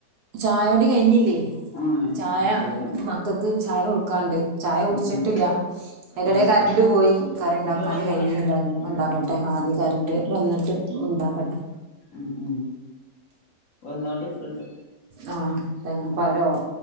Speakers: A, on the right (about 70°); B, on the left (about 55°).
A: ചായകുടികഴിഞ്ഞില്ലേ
B: ആഹ്
A: ചായ
B: അത് ശരി ഉം
A: മക്കൾക്ക് ചായ കൊടുക്കാണ്ട്. ചായ കുടിച്ചിട്ടില്ല.
B: ഉം
A: അതിന്റെ
B: അത്
A: ഇടയിൽ കരന്റ്
B: ശരി
A: പോയി കറി ഉണ്ടാക്കാൻ
B: ഇപ്പൊ വന്ന്ണ്
A: കഴിഞ്ഞില്ല ഞ്പ്പോ
B: ഉം
A: ഉണ്ടാക്കട്ടെ
B: ഉം
A: ആ കറണ്ട്. വന്നിട്ട് ഉണ്ടാക്കട്ടെ.
B: മ് മ്. വന്നോണ്ട്ക്ണ്ട്.
A: ആഹ് തെങ്ങപ്പാലോ.